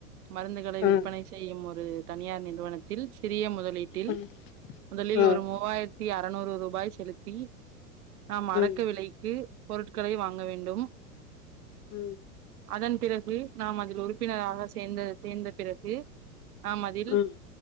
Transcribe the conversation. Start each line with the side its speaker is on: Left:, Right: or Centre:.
Right: மருந்துகளை விற்பனை
Left: ம்
Right: செய்யும் ஒரு தனியார் நிறுவனத்தில் சிறிய முதலீ ட்டில்
Left: ம்
Right: முதலில்
Left: ம்
Right: ஒரு மூவாய்ர்த்தி அறநூறு ரூபாய் செலு த்தி நாம் அடக்க
Left: ம்
Right: விலைக்கு பொருட்களை வாங்க வேண்டும்
Left: ம்
Right: அதன் பிறகு நாம் அதில் உறுப்பினராக சேர்ந்த சேர்ந்த பிறகு நாம் அதில்
Left: ம் ம்